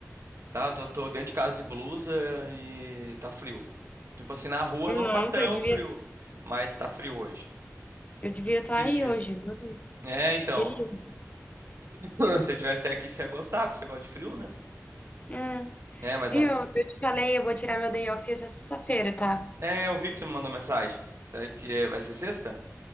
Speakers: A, on the right; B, on the left.
A: Tá, eu tô, tô dentro de casa de blusa e tá frio. Tipo assim, na rua
B: Nossa,
A: não tá tão
B: eu devia,
A: frio, mas tá frio hoje.
B: eu devia estar
A: Esses
B: aí
A: dias.
B: hoje, viu?
A: É, então.
B: querido.
A: <laughs> Se eu tivesse aqui, você ia gostar, porque você gosta de frio, né?
B: É.
A: É, mas
B: E
A: ah,
B: eu, eu te falei, eu vou tirar meu day off essa sexta-feira, tá?
A: é, eu vi que você me mandou mensagem. Será que é, vai ser sexta?